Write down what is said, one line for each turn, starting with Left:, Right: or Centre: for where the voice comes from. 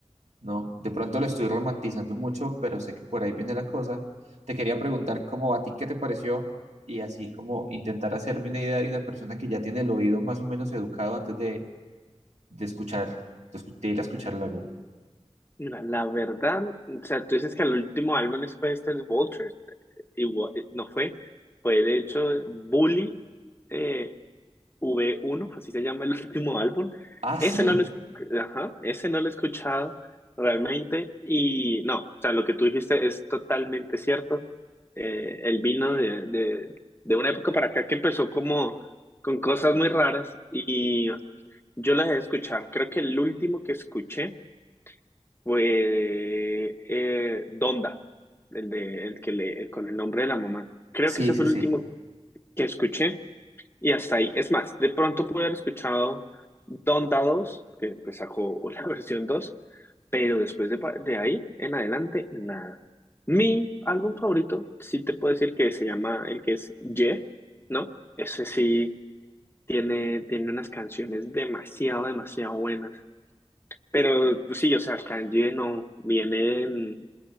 Right: No, de pronto lo estoy romantizando mucho, pero sé que por ahí viene la cosa. Te quería preguntar cómo a ti qué te pareció y así como intentar hacerme una idea de una persona que ya tiene el oído más o menos educado antes de, de escuchar, de, escu- de ir a escuchar el álbum.
Left: Mira, la verdad, o sea, tú dices que el último álbum ese fue este de Vultures, eh, igual, eh, no fue, fue de hecho Bully, eh, V1, así se llama el <laughs> último álbum.
Right: Ah, sí,
Left: Ese no lo, esc- ajá, ese no lo he escuchado realmente y no, o sea, lo que tú dijiste es totalmente cierto. Eh, el vino de, de, de una época para acá que empezó como con cosas muy raras y yo las he escuchado. Creo que el último que escuché fue eh, Donda, el, de, el, que le, el con el nombre de la mamá. Creo
Right: sí,
Left: que ese
Right: sí,
Left: fue el
Right: sí.
Left: último que escuché y hasta ahí. Es más, de pronto pude haber escuchado Donda 2, que pues, sacó la <laughs> versión dos pero después de, pa- de ahí en adelante, nada. Mi álbum favorito, sí te puedo decir que se llama el que es Ye, ¿no? Ese sí tiene, tiene unas canciones demasiado, demasiado buenas. Pero pues, sí, o sea, Kanye no viene en,